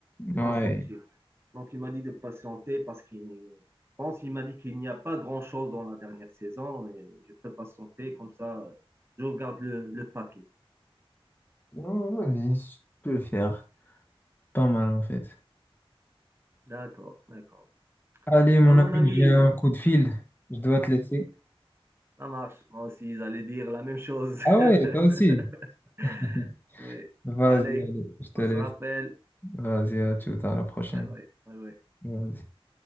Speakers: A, on the right (about 25°); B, on the left (about 20°).
A: ils
B: Ouais.
A: vont sortir. Donc, il m'a dit de patienter parce qu'il pense qu'il m'a dit qu'il n'y a pas grand-chose dans la dernière saison et je peux patienter comme ça, je regarde le, le paquet.
B: Ouais, Vas-y, je peux le faire. Pas mal, en fait.
A: D'accord, d'accord.
B: Allez, mon
A: Ben, mon
B: ami,
A: ami,
B: j'ai un coup de fil. Je dois te laisser.
A: ça marche. Moi aussi, j'allais dire la même chose.
B: Ah
A: <laughs>
B: ouais, toi aussi. <laughs>
A: Oui.
B: Vas-y,
A: Allez,
B: allez, je te
A: on
B: laisse.
A: se rappelle.
B: Vas-y, à tout, à la prochaine.
A: Ouais, ouais, ouais, ouais.
B: Vas-y.